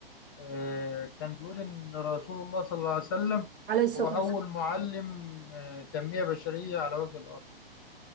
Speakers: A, on the left; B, on the right.
A: آه، كان بيقول ان رسول الله صلى الله عليه وسلم
B: عليه الصلاة
A: هو اول
B: والسلام
A: معلم آه، تنميه بشريه على وجه الارض